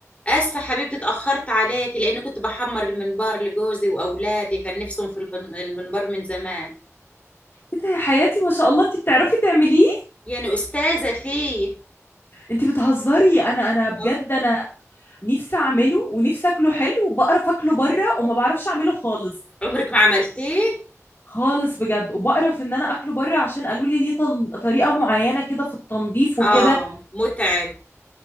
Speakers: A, on the left; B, on the left.
A: اسفه حبيبتي اتاخرت عليكي لان كنت بحمر المنبار لجوزي واولادي كان نفسهم في البن- المنبار من زمان
B: ايه ده يا حياتي ما شاء الله انت بتعرفي تعمليه
A: يعني استاذه فيه
B: انت بتهزري انا انا بجد
A: آه،
B: انا نفسي اعمله ونفسي اكله حلو وبقرف اكله بره وما بعرفش اعمله خالص
A: عمرك ما عملتيه
B: خالص بجد وبقرف ان انا اكله بره عشان قالوا لي ليه طن... طريقه معينه كده في التنظيف وكده
A: اه متعب